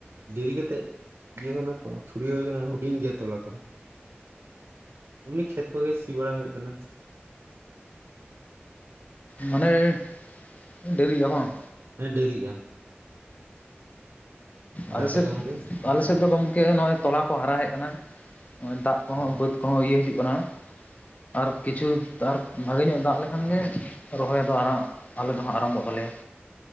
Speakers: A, on the right (about 75°); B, on the left (about 35°).
A: ᱫᱮᱨᱤ ᱠᱟᱛᱮᱜ ᱤᱭᱟᱹ ᱠᱟᱱᱟ ᱛᱚ ᱪᱷᱩᱲᱤᱭᱟᱹ ᱦᱩᱭ ᱠᱟᱱᱟ ᱦᱩᱰᱤᱧ ᱜᱮᱭᱟ ᱛᱚᱞᱟ ᱠᱚᱦᱚ᱾ ᱮᱢᱱᱤ ᱠᱷᱮᱛ ᱠᱚᱜᱮ ᱥᱤ ᱵᱟᱲᱟ ᱦᱩᱭᱩᱜ ᱠᱟᱱᱟ᱾
B: ᱢᱟᱱᱮ ᱫᱮᱨᱤᱜᱼᱟ ᱵᱟᱝ?
A: ᱦᱮᱸ ᱰᱤᱨᱤᱜᱼᱟ᱾ ᱟᱨ
B: ᱟᱞᱮᱥᱮᱫ,
A: ᱟᱯᱮ ᱫᱚ ᱜᱚᱝᱠᱮ
B: ᱟᱞᱮᱥᱮᱫ ᱫᱚ ᱜᱚᱝᱠᱮ ᱱᱚᱜᱼᱚᱭ ᱛᱚᱞᱟ ᱠᱚ ᱦᱟᱨᱟ ᱦᱮᱡ ᱟᱠᱟᱱᱟ᱾ ᱱᱚᱜᱼᱚᱭ ᱫᱟᱜ ᱠᱚᱦᱚᱸ
A: ᱚ
B: ᱵᱟᱹᱫᱽ ᱠᱚᱦᱚᱸ ᱤᱭᱟᱹ ᱦᱤᱡᱩᱜ ᱠᱟᱱᱟ, ᱟᱨ ᱠᱤᱪᱷᱩ ᱟᱨ ᱵᱷᱟᱜᱮ ᱧᱚᱜ ᱫᱟᱜ ᱞᱮᱠᱷᱟᱱ ᱜᱮ ᱨᱚᱦᱚᱭ ᱫᱚ ᱟᱨᱚᱸ ᱟᱞᱮ ᱫᱚ ᱦᱟᱸᱜ ᱟᱨᱚᱢᱵᱷᱚᱜ ᱛᱟᱞᱮᱭᱟ᱾